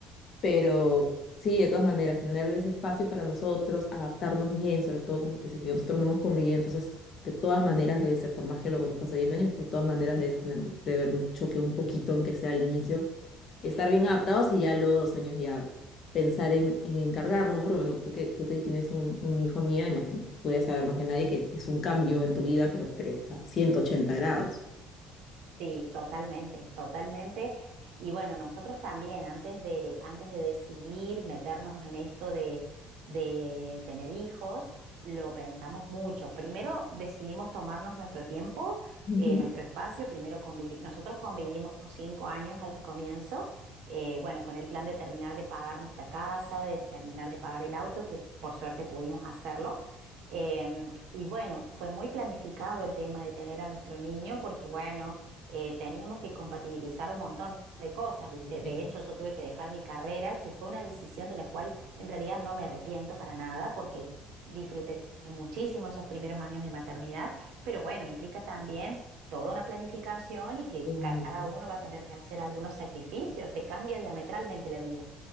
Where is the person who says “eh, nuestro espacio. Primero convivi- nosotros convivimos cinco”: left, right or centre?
Right